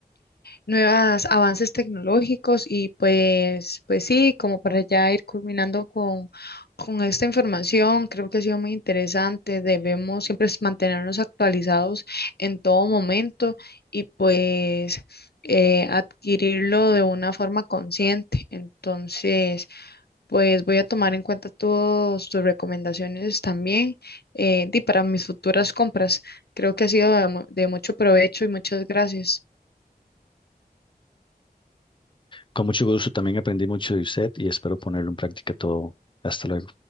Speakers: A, on the left; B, on the left.
A: nuevos avances tecnológicos y pues, pues sí, como para ya ir culminando con, con esta información, creo que ha sido muy interesante. Debemos siempre es mantenernos actualizados en todo momento y pues eh, adquirirlo de una forma consciente. Entonces, pues voy a tomar en cuenta todas tus recomendaciones también eh, y para mis futuras compras. Creo que ha sido de mu- de mucho provecho y muchas gracias.
B: Con mucho gusto, también aprendí mucho de usted y espero ponerlo en práctica todo. Hasta luego.